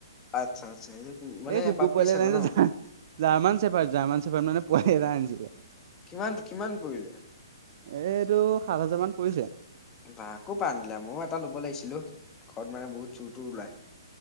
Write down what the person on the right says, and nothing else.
এই কুকুৰ
পোৱালি
<unintelligible>
জাৰ্মান ছেপাৰ -জাৰ্মান ছেপাৰ মানে পোৱালি এটা আনিছিলে।
এইটো সাত হাজাৰ মান পৰিছে।